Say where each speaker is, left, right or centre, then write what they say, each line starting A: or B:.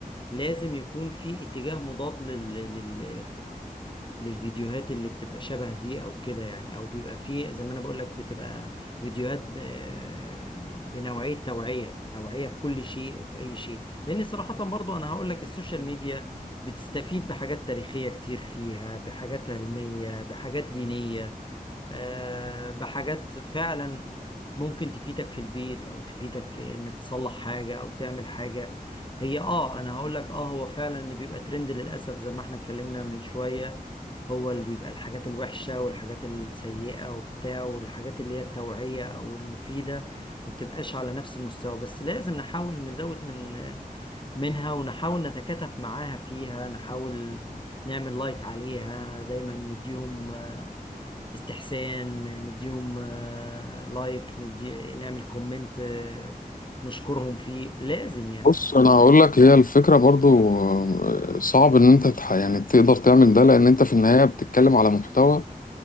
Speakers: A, on the left; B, on the left.
A: لازم يكون في اتجاه مضاد لل لل للفيديوهات اللي بتبقى شبه دي او كده يعني او بيبقى فيه زي ما انا بقول لك بتبقى فيديوهات ب- بنوعية توعية توعية في كل شيء وفي اي شيء لان صراحة برضو انا هقول لك السوشيال ميديا بتستفيد بحاجات تاريخية كتير فيها بحاجات علمية بحاجات دينية آه، بحاجات فعلا ممكن تفيدك في البيت او تفيدك انك تصلح حاجة او تعمل حاجة هي اه انا هقول لك اه هو فعلا اللي بيبقى ترند للاسف زي ما احنا اتكلمنا من شوية هو اللي بيبقى الحاجات الوحشة والحاجات السيئة وبتاع والحاجات اللي هي التوعية او المفيدة ما بتبقاش على نفس المستوى بس لازم نحاول نزود من منها ونحاول نتكاتف معاها فيها نحاول نعمل لايك عليها دايما نديهم آه، استحسان نديهم آه، لايك ندي نعمل كومنت آه، نشكرهم فيه لازم يعني
B: بص انا هقول لك هي الفكره برضو آه، صعب ان انت تح- يعني تقدر تعمل ده لان انت في النهايه بتتكلم على محتوى